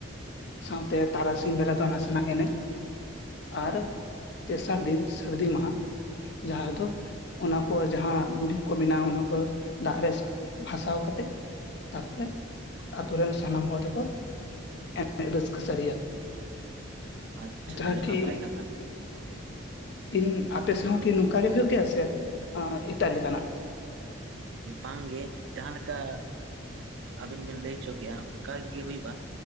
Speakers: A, on the left; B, on the right.
A: ᱥᱟᱶᱛᱮ ᱛᱟᱨᱟ ᱥᱤᱧ ᱵᱮᱲᱟ ᱫᱚ ᱱᱟᱥᱮᱱᱟᱜ ᱮᱱᱮᱡ ᱟᱨ ᱛᱮᱥᱟᱨ ᱫᱤᱱ ᱥᱟᱹᱨᱫᱤ ᱢᱟᱦᱟ ᱡᱟᱦᱟᱸ ᱨᱮ ᱫᱚ ᱚᱱᱟ ᱠᱚ ᱡᱟᱦᱟᱸ ᱫᱩᱨᱤᱵᱽ ᱠᱚ ᱢᱮᱱᱟᱜᱼᱟ᱾ ᱚᱱᱟ ᱠᱚ ᱫᱟᱜ ᱨᱮ ᱵᱷᱟᱥᱟᱣ ᱠᱟᱛᱮᱫ ᱛᱟᱯᱚᱨᱮ ᱟᱹᱛᱩ ᱨᱮᱱ ᱥᱟᱱᱟᱢ ᱦᱚᱲ ᱫᱚᱠᱚ ᱮᱱᱮᱡ ᱨᱟᱹᱥᱠᱟᱹ ᱥᱟᱹᱨᱤᱭᱟ᱾
B: ᱟᱪᱪᱷᱟ
A: ᱡᱟᱦᱟᱸ
B: ᱟᱹᱰᱤ
A: ᱠᱤ
B: ᱱᱟᱯᱟᱭ ᱠᱟᱛᱷᱟ
A: ᱤᱧ ᱟᱯᱮ ᱥᱮᱣ ᱠᱤ ᱱᱚᱝᱠᱟ ᱜᱮ ᱦᱩᱭᱩᱜ ᱜᱮᱭᱟ ᱥᱮ ᱮᱴᱟᱜ ᱞᱮᱠᱟᱱᱟᱜ?
B: ᱵᱟᱝᱜᱮ ᱡᱟᱦᱟᱸ ᱞᱮᱠᱟ ᱟᱵᱤᱱ ᱵᱤᱱ ᱞᱟᱹᱭ ᱚᱪᱚ ᱠᱮᱫᱼᱟ ᱚᱱᱠᱟ ᱜᱮ ᱦᱩᱭᱩᱜᱼᱟ᱾